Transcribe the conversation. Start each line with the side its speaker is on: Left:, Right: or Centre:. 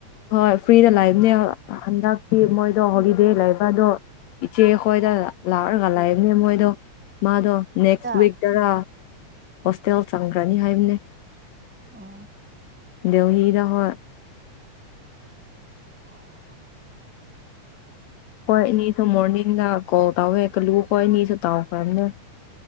Left: ꯍꯣꯏ ꯐ꯭ꯔꯤꯗ ꯂꯥꯛꯏꯕꯅꯦ ꯍꯟꯗꯛꯇꯤ ꯃꯣꯏꯗꯣ ꯍꯣꯂꯤꯗꯦ ꯂꯩꯕ ꯑꯗꯣ ꯏꯆꯦꯈꯣꯏꯗ ꯂꯥꯛꯑꯒ ꯂꯥꯛꯏꯕꯅꯦ ꯃꯣꯏꯗꯣ ꯃꯥꯗꯣ ꯅꯦꯛꯁꯤꯛ
Centre: ꯗ
Left: ꯇꯗꯥ ꯍꯣꯁꯇꯦꯜ ꯆꯪꯈ꯭ꯔꯅꯤ ꯍꯥꯏꯕꯅꯦ
Centre: ꯑ
Left: ꯧꯍꯤꯗꯗꯥ ꯍꯣꯣꯏ
Centre: ꯑꯣ
Left: ꯍꯣꯏꯅꯤꯁꯨꯨꯝ ꯃꯣꯔꯅꯗ ꯀꯣ ꯇ ꯑꯣꯏꯦ ꯀꯂꯨ ꯀꯣꯏꯅꯤ ꯁ ꯇꯑꯣ ꯈꯔꯅ